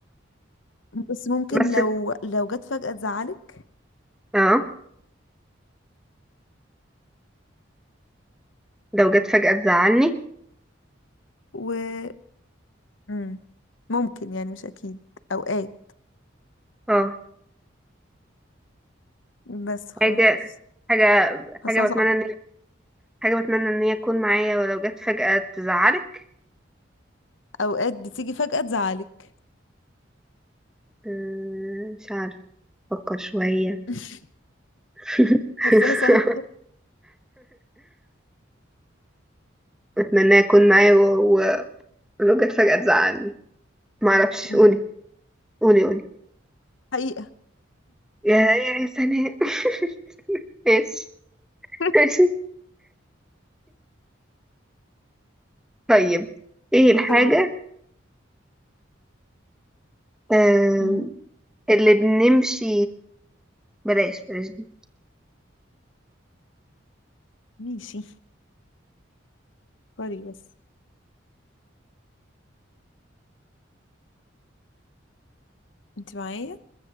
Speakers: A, on the left; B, in the centre.
A: بس ممكن
B: بس
A: لو لو جت فجأة تزعلك
B: اه لو جت فجأة تزعلني
A: و مم. ممكن يعني مش اكيد اوقات
B: اه
A: بس خلاص
B: حاجة حاجة
A: حاساها
B: حاجة بتمنى
A: صعبة
B: ان حاجة بتمنى ان هي تكون معايا ولو جت فجأة تزعلك
A: اوقات بتيجي فجأة تزعلك
B: أمم، مش عارف افكر شوية
A: <laughs>
B: <laughs>
A: حاساها صعبة
B: بتمنى يكون معايا و- و- ولو جت فجأة تزعلني معرفش
A: مم.
B: قولي قولي قولي
A: حقيقة
B: يا يا سناء <laughs> ماشي
A: <laughs>
B: ماشي طيب ايه الحاجة
A: دوري
B: آم،
A: مم.
B: اللي بنمشي بلاش بلاش دي
A: ماشي فكري بس انت معايا